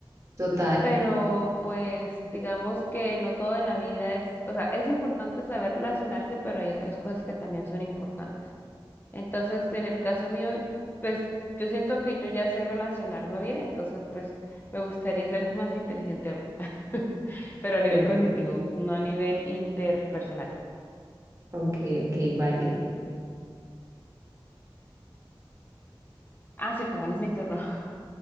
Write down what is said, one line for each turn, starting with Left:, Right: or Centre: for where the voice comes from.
Right: Total,
Left: Pero pues digamos que no todo en la vida es, o sea, es importante saber relacionarse, pero hay otras cosas que también son importantes. Entonces, en el caso mío, pues yo siento que yo ya sé relacionarme bien, entonces pues me gustaría ser más inteligente aún, <laughs> pero a nivel
Right: ok,
Left: cognitivo, no a nivel interpersonal.
Right: ok, ok, válido.
Left: Ah, cierto, ahora es mi turno. <laughs>